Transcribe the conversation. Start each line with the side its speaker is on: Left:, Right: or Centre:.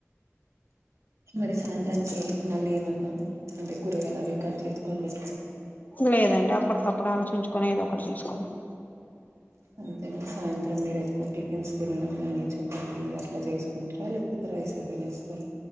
Right: మరి సాయంత్రానికి మళ్ళీ ఏమన్నా అంటే కూరగాయలు అవి కట్ జేసుకొని బె
Left: లేదండి అ అప్పటికప్పుడు ఆలోచించుకొని ఏదో ఒకటి జె సుకోవాలి
Right: అంతేనా సాయంత్రం మీరు ఎక్కువ టిఫిన్స్ తినడం గాని చపాతి అట్లా చేసుకుంటారా లేకపోతే రైసే తినేస్తార